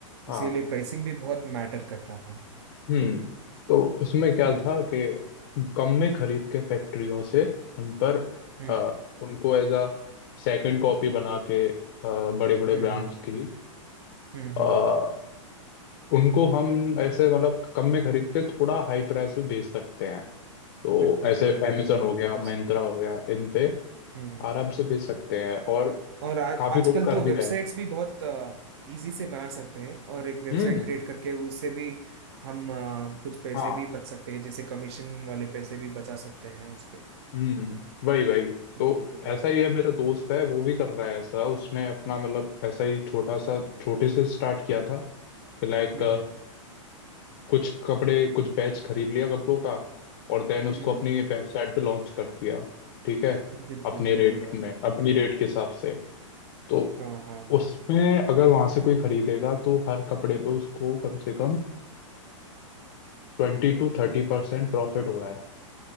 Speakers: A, on the left; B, on the right.
A: हाँ
B: इसीलिए प्राइसिंग भी बहुत मैटर करता है
A: हम्म तो उसमें क्या
B: हम्म
A: था कि कम में खरीद के फैक्ट्रियों से उन पर
B: हम्म
A: अ, उनको एज अ सेकंड कॉपी बना के बड़े बड़े
B: हम्म
A: ब्रांड्स
B: हम्म
A: की
B: हम्म
A: अ,
B: हम्म,
A: उनको हम ऐसे मतलब कम में खरीद के थोड़ा हाई प्राइस पे बेच सकते हैं तो
B: बिल्कुल
A: ऐसे
B: बिल्कुल
A: Amazon
B: है
A: हो गया
B: बिकॉज
A: Myntra हो गया इन पे
B: हम्म
A: आराम से बेच सकते हैं और
B: और आज
A: काफी
B: आजकल
A: लोग कर
B: तो
A: भी
B: वेबसाइट्स
A: रहे हैं
B: भी बहुत इजी से बना सकते हैं और एक वेबसाइट
A: हम्म
B: क्रिएट करके उससे भी हम अ, कुछ पैसे
A: हाँ
B: भी बच सकते हैं जैसे कमीशन वाले पैसे भी बचा सकते हैं उस पे
A: हम्म वही वही
B: बिल्कुल
A: तो ऐसा
B: यार।
A: ही है मेरा दोस्त है वो भी कर रहा है ऐसा उसने अपना मतलब ऐसा ही छोटा सा छोटे से स्टार्ट किया था लाइक
B: हम्म हम्म
A: कुछ कपड़े कुछ बैच खरीद लिया कपड़ों का और देन उसको
B: हम्म
A: अपनी वेबसाइट पे लॉन्च कर दिया ठीक है
B: बिल्कुल
A: अपने
B: बिल्कुल
A: रेट
B: यार
A: में अपनी रेट के हिसाब से तो
B: हाँ हाँ हाँ
A: उसमें अगर वहां से कोई खरीदेगा तो हर कपड़े पे उसको कम से कम ट्वेंटी टू थर्टी परसेंट प्रॉफिट हो रहा है